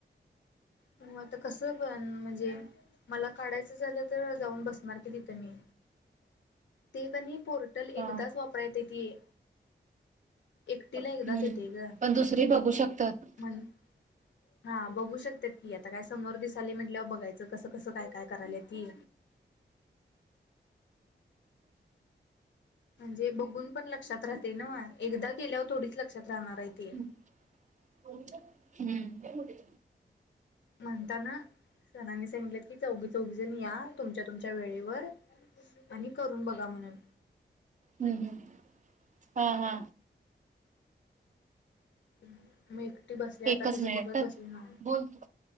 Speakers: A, on the left; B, on the right.
A: म आता कसं पण म्हणजे मला काढायचं झालं तर जाऊन बसणार की तिथं मी ते कणी पोर्टल
B: हा
A: एकदाच वापरात येतीय. एकटीला
B: हम्म.
A: एकदाच येतेय ग
B: पण दुसरी बघू शकतात.
A: म्हण हा बघू शकत्यात की आता काय समोर दिसाले म्हटल्यावर बघायचं. कस कस काय काय करायलाय ती म्हणजे बघून पण लक्षात राहतय नव्ह एकदा केल्यावर थोडीच लक्षात राहणार आहे
B: ह्
A: ते.
B: हम्म
A: म्हणतान सरानी सांगलेत की चौघी चौघी जणी या तुमच्या तुमच्या वेळेवर आणि करून बघा म्हणून
B: हूं हूं हा हा
A: <unintelligible> ती बसली आता
B: एकच
A: तिज
B: मिनिट
A: बघत
B: हं.
A: बसली ना
B: बोल तू.